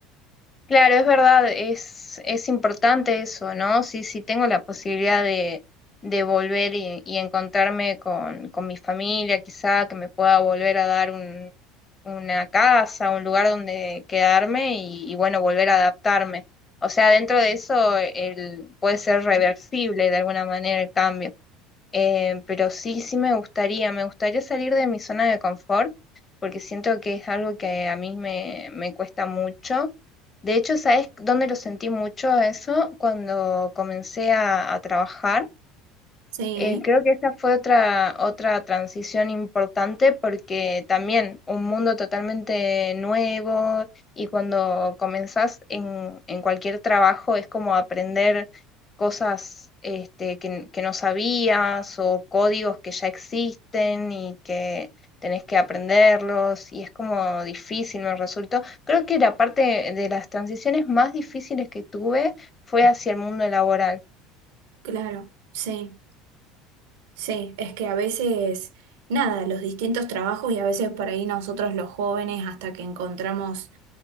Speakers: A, on the left (about 25°); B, on the right (about 80°).
A: Claro, es verdad, es, es importante eso, ¿no? Sí, sí tengo la posibilidad de, de volver y, y encontrarme con, con mi familia, quizá que me pueda volver a dar un una casa, un lugar donde quedarme y, y, bueno, volver a adaptarme. O sea, dentro de eso el, puede ser reversible de alguna manera el cambio. Eh, pero sí, sí me gustaría, me gustaría salir de mi zona de confort porque siento que es algo que a mí me, me cuesta mucho. De hecho, ¿sabes dónde lo sentí mucho eso? Cuando comencé a, a trabajar
B: Sí,
A: eh, creo que esa fue otra, otra transición importante porque también un mundo totalmente nuevo y cuando comenzás en, en cualquier trabajo es como aprender cosas este, que, que no sabías o códigos que ya existen y que tenés que aprenderlos y es como difícil, me resultó. Creo que la parte de las transiciones más difíciles que tuve fue hacia el mundo laboral
B: claro, sí. Sí, es que a veces, nada, los distintos trabajos y a veces por ahí nosotros los jóvenes hasta que encontramos